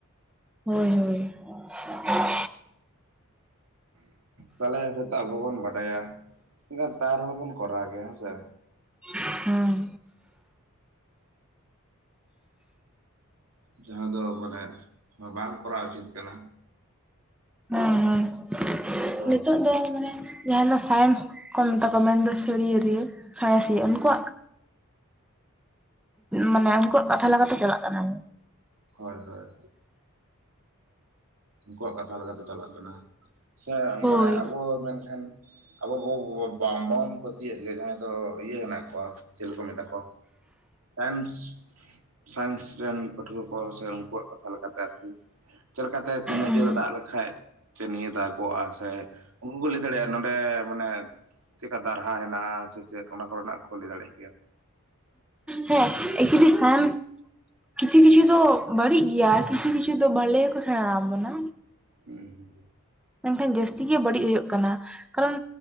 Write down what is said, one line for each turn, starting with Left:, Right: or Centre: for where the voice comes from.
Centre: ᱦᱳᱭ ᱦᱳᱭ।
Right: ᱛᱟᱞᱦᱮ, ᱦᱳᱭᱛᱚ ᱟᱵᱚ ᱵᱚᱱ ᱵᱟᱰᱟᱭᱟ, ᱮᱱᱠᱷᱟᱱ ᱛᱟᱨ ᱨᱮᱦᱚᱸ ᱵᱚᱱ ᱠᱚᱨᱟᱣ ᱜᱮᱭᱟ ᱦᱮᱸᱥᱮ।
Centre: ᱦᱩᱸ।
Right: ᱡᱟᱦᱟᱸ ᱫᱚ ᱵᱚᱞᱮ ᱵᱟᱝ ᱠᱚᱨᱟᱣ ᱩᱪᱤᱛ ᱠᱟᱱᱟ᱾
Centre: ᱦᱮᱸ ᱦᱮᱸ
Right: ᱦᱮᱸ ᱥᱮ
Centre: ᱱᱤᱛᱚᱜ
Right: ᱵᱟᱝ
Centre: ᱫᱚ ᱢᱟᱱᱮ ᱡᱟᱦᱟᱸ ᱫᱚ ᱥᱟᱭᱮᱱᱥ ᱠᱚ ᱢᱮᱛᱟ ᱠᱚᱣᱟ ᱢᱮᱱ ᱫᱚ ᱥᱟ. ᱨᱭᱟᱹᱲᱤᱭᱟ ᱥᱟᱬᱮᱥᱤᱭᱟᱹ
Right: ᱦᱮᱸ
Centre: ᱩᱱᱠᱩᱣᱟᱜ ᱢᱟᱱᱮ ᱩᱱᱠᱩᱣᱟᱜ ᱠᱟᱛᱷᱟ ᱞᱮᱠᱟ ᱛᱮ ᱪᱟᱞᱟᱜ ᱠᱟᱱᱟ ᱵᱚ।
Right: ᱦᱳᱭ ᱦᱳᱭ, ᱩᱱᱠᱩᱣᱟᱜ ᱠᱟᱛᱷᱟ ᱞᱮᱠᱟ ᱛᱮ। ᱪᱟᱞᱟᱜ ᱠᱟᱱᱟ। ᱥᱮ
Centre: ᱦᱳᱭ
Right: ᱢᱟᱱᱮ ᱟᱵᱚ ᱢᱮᱱᱠᱷᱟᱱ ᱟᱵᱚ ᱫᱚ ᱵᱟᱝᱵᱚᱱ ᱯᱟᱹᱛᱭᱟᱹᱜ ᱜᱮ। ᱡᱟᱦᱟᱸᱭ ᱫᱚ ᱤᱭᱟᱹ ᱦᱮᱱᱟᱜ ᱠᱚᱣᱟ, ᱪᱤᱞᱤ ᱠᱚ ᱢᱮᱛᱟ ᱠᱚᱣᱟ ᱥᱟᱭᱮᱱᱥ, ᱥᱟᱭᱮᱱᱥ ᱨᱮᱱ ᱯᱟᱹᱴᱷᱩᱣᱟᱹ <unintelligible> ᱥᱮ ᱩᱱᱠᱩᱣᱟᱜ ᱠᱟᱛᱷᱟ ᱞᱮᱠᱟ ᱛᱮ ᱟᱨᱠᱤ, ᱪᱮᱫ ᱞᱮᱠᱟᱛᱮ ᱛᱤᱱᱟᱹᱜ
Centre: ᱦᱮᱸ
Right: ᱡᱳᱨ ᱮ ᱫᱟᱜ ᱞᱮᱠᱷᱟᱡ ᱼᱼ ᱪᱮᱫ ᱱᱤᱭᱟᱹ ᱫᱟᱜᱚᱜᱼᱟ ᱥᱮ ᱩᱱᱠᱩ ᱠᱚ ᱞᱟᱹᱭ ᱫᱟᱲᱮᱭᱟᱜᱼᱟ, ᱱᱚᱰᱮ ᱢᱟᱱᱮ ᱼᱼ ᱪᱮᱫᱠᱟ ᱫᱟᱨᱦᱟ ᱦᱮᱱᱟᱜᱼᱟ, ᱥᱮ ᱪᱮᱫ ᱚᱱᱟ ᱠᱚᱨᱮᱱᱟᱜ ᱠᱚ ᱞᱟᱹᱭ ᱫᱟᱲᱮᱭᱟᱜ ᱜᱮᱭᱟ।
Centre: ᱦᱮᱸ, ᱮᱠᱪᱩᱭᱮᱞᱤ ᱥᱟᱭᱮᱱᱥ ᱠᱤᱪᱷᱩ ᱠᱤᱪᱷᱩ ᱫᱚ ᱵᱟᱹᱲᱤᱡ ᱜᱮᱭᱟ᱾ ᱠᱤᱪᱷᱩ ᱠᱤᱪᱷᱩ ᱫᱚ ᱵᱷᱟᱞᱮ ᱜᱮᱠᱚ ᱥᱮᱬᱟ ᱟᱵᱚᱱᱟ।
Right: ᱦᱩᱸ ᱦᱩᱸ।
Centre: ᱢᱮᱱᱠᱷᱟᱱ ᱡᱟᱹᱥᱛᱤ ᱜᱮ ᱵᱟᱹᱲᱤᱡ ᱦᱳᱭᱳᱜ ᱠᱟᱱᱟ। ᱠᱟᱨᱚᱱ,